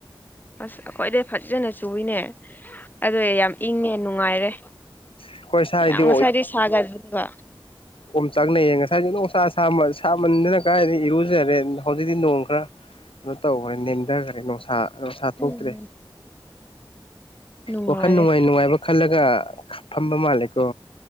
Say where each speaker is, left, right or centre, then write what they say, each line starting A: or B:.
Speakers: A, on the left; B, on the left.
A: ꯑꯁ ꯑꯩꯈꯣꯏꯗꯩ ꯐꯖꯅ ꯆꯨꯏꯅꯦ ꯑꯗꯨꯏ ꯌꯥꯝ ꯏꯪꯉꯦ ꯅꯨꯡꯉꯥꯏꯔꯦ
B: ꯑꯩꯈꯣꯏ ꯁ꯭ꯋꯥꯏꯗꯤ
A: ꯌꯥꯝ ꯉꯁꯥꯏꯗꯤ ꯁꯥ <unintelligible>
B: ꯑꯣꯝ ꯆꯥꯛꯅꯩꯌꯦ ꯉꯁꯥꯏꯁꯨ ꯅꯨꯡꯁꯥ ꯁꯥꯃ ꯁꯥꯃꯟꯗꯅ ꯀꯥꯏꯗꯩ ꯏꯔꯨꯖꯔꯦ ꯍꯧꯖꯤꯛꯇꯤ ꯅꯣꯡ ꯈꯔ ꯀꯩꯅꯣ ꯇꯧꯈ꯭ꯔꯦ ꯅꯦꯝꯊꯈ꯭ꯔꯦ ꯅꯨꯡꯁꯥ ꯑ ꯅꯨꯡꯁꯥ ꯊꯣꯛꯇ꯭ꯔꯦ
A: ꯎꯝ ꯅꯨꯡꯉꯥꯏꯔꯦ
B: ꯋꯥꯈꯜ ꯅꯨꯡꯉꯥꯏ ꯅꯨꯡꯉꯥꯏꯕ ꯈꯜꯂꯒ ꯐꯝꯕ ꯃꯥꯜꯂꯦꯀꯣ